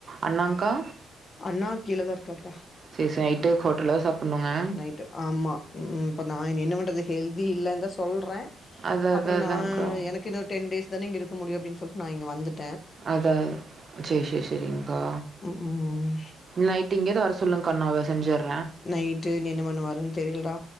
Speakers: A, on the right (about 40°); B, on the left (about 40°).
A: அண்னாங்கா
B: அண்ணா கீழதா இருக்கார்டா
A: சீச ஆய்ட்டு ஹோட்டல சாப்டணுங்க
B: நைட்டு ஆமா ம் இப்ப நா என்ன பண்ணறது ஹெல்தி இல்லைன்னு தான் சொல்றே
A: அதான்
B: அப்றோ
A: அதான் அதான்க்கா.
B: நா எனக்கு இன்னோ டென் டேஸ் தான இங்க இருக்க முடியு அப்டின்னு சொல்ட் நா இங்க வந்துட்
A: அதா சேர் சேர் செரிங்க்கா
B: ம் ம்
A: நைட்டு இங்கேற்து வர சொல்லுங்க்கா அண்ணாவ செஞ்சர்
B: நைட்டு என்ன பண்ணுவார்னு தெரிலடா